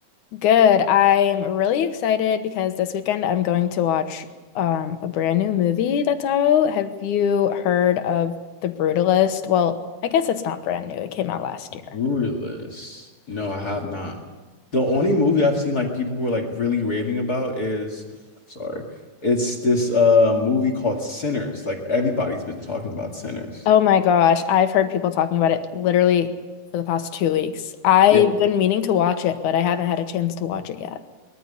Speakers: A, on the left (about 70°); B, on the left (about 35°).
A: Good. I'm really excited because this weekend I'm going to watch um, a brand new movie that's out. Have you heard of The Brutalist? Well, I guess it's not brand new. It came out last year.
B: Brutalist. No, I have not. The only movie I've seen like people were like really raving about is, sorry, it's this uh movie called Sinners. Like everybody's been talking about Sinners.
A: Oh my gosh, I've heard people talking about it literally for the past two weeks. I've
B: Yeah.
A: been meaning to watch it, but I haven't had a chance to watch it yet.